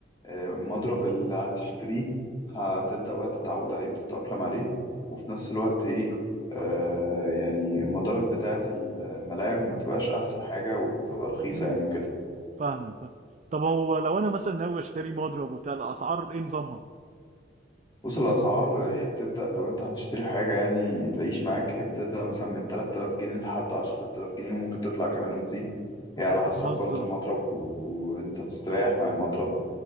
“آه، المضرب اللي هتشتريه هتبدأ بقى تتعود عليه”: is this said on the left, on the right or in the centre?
Left